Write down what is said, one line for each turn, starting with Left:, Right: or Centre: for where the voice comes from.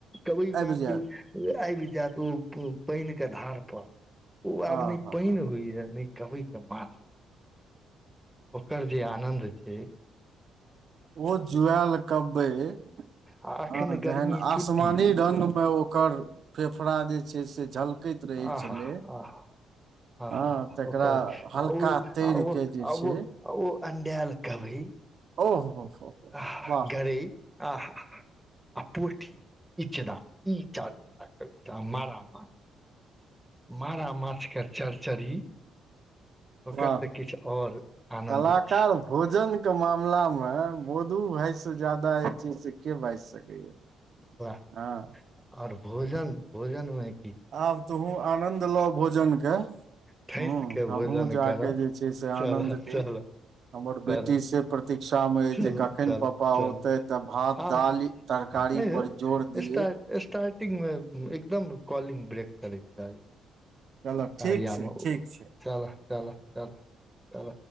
Centre: कबई
Right: आबि
Centre: माछ
Right: जायत
Centre: आईब जाएत उ पाईन के धार पर ओ आब
Right: आ
Centre: ने
Right: हा
Centre: पाईन
Right: हा
Centre: होइ या न कबीई के माछ ओकर जे आनन्द छैइ
Right: ओ जुआल कबैइ
Centre: आ एखन
Right: हां
Centre: गर्मी
Right: जेहन आसमानी
Centre: छुट्टी
Right: रंग में ओकर फेफड़ा जे छैइ से झलकैत रहै
Centre: आहा
Right: छलै
Centre: आह आह
Right: हँ
Centre: हा ह
Right: तकरा
Centre: ओकर
Right: हल्का
Centre: आ ओ
Right: तैर
Centre: आ ओ
Right: के जे छै
Centre: आ ओ आ ओ अंडाएल कवैइ
Right: ओहो हो हो हो
Centre: आह
Right: वाह
Centre: गरैइ आह ह हा आ पोठी इचना ई चारू टा कवेका आ मारा माछ मारा माछके चरचरी ओकर
Right: वाह
Centre: तऽ किछु और आनन्द
Right: कलाकार
Centre: छै
Right: भोजन के मामला में ब दू भाय से ज्यादा अई चीज से के बाजि सकैया
Centre: वाह
Right: हँ
Centre: और भोजन भोजन में
Right: आब तोहूँ आनन्द लऽ भोजन के
Centre: ठैस
Right: ह
Centre: के
Right: हमहुँ
Centre: भोजन
Right: जाक
Centre: करऽ
Right: जे छैइ से आनन्द
Centre: चलऽ
Right: ली
Centre: चलऽ
Right: हमर
Centre: चलऽ
Right: बेटी से प्रति प्रतीक्षा में य
Centre: चलऽ
Right: जे कखन
Centre: चलऽ
Right: पापा
Centre: चलऽ
Right: औतैथ तऽ भात
Centre: आब
Right: दालि तरकारी
Centre: एह
Right: पर जोर दिये
Centre: स्टार्टिंग में एकदम कॉलिंग ब्रेक करै छैइ कि मैं
Right: चलऽ
Centre: गाड़ियां
Right: ठीक छै
Centre: में
Right: ठीक छै
Centre: चल चल चल चल